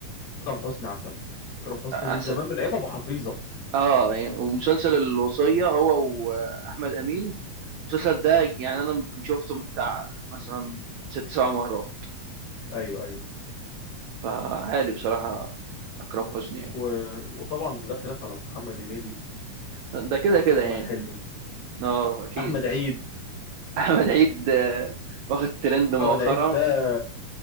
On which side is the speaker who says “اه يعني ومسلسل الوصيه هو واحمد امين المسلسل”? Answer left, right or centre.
Right